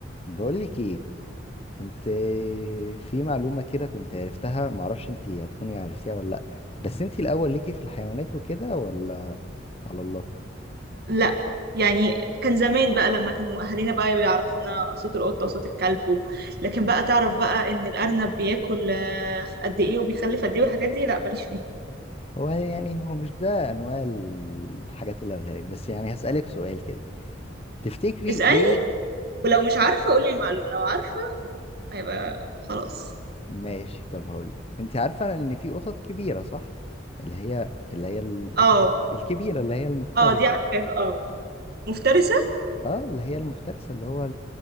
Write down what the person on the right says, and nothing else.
لا يعني كان زمان بقى لما كانوا اهالينا بقى بيعرفونا صوت القطه وصوت الكلب و... لكن بقى تعرف بقى ان الارنب بياكل آه، قد ايه وبيخلف قد ايه والحاجات دي لا ماليش فيها
اسالني
ولو مش عارفه قولي المعلومه لو عارفه هيبقى خلاص
اه
اه دي عارفاها اه مفترسه